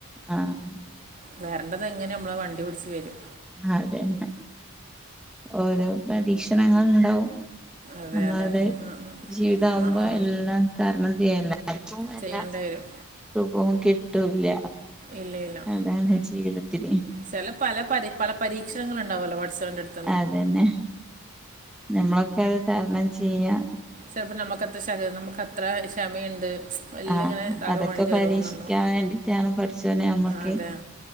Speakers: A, in the centre; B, on the right (about 35°).
A: ആഹ്
B: വേര്ണ്ടത് എങ്ങനെ നമ്മൾ വണ്ടി പിടിച്ച് വരും
A: അതെന്നെ ഓരോ പരീക്ഷണങ്ങൾ ഉണ്ടാവും
B: അതെ
A: നമ്മളത്
B: അതെ ആ ആ.
A: ജീവിതകുമ്പോ
B: ആ ആ
A: എല്ലാം തരണം ചെയ്യല്ല ആർക്കും എല്ലാം
B: ചെയ്യേണ്ടി വരും
A: സുഖവും കിട്ടൂല്ല
B: ഇല്ലെലോ
A: <unintelligible>
B: ഛെല പല പ പരീക്ഷണൾ ഉണ്ടാവുല്ലോ പടച്ചോന്റെട്ത്
A: അതന്നെ നമ്മളൊക്കെ അത് തരണം ചെയ്യാ
B: ഛെലപ്പോ നമ്മുക്ക്ത്രമ നമുക്ക് അത്ര ക്ഷമയുണ്ട് എല്ലാം
A: ആഹ്
B: ഇങ്ങനെ ഇതാക്കാൻ
A: അതൊക്കെ
B: വേണ്ടിയിട്ട്
A: പരീക്ഷിക്കാൻ
B: ഓരോന്നുണ്ടാവും
A: വേണ്ടിട്ടാണ് പഠിച്ചോനെ നമ്മക്ക്
B: അതെ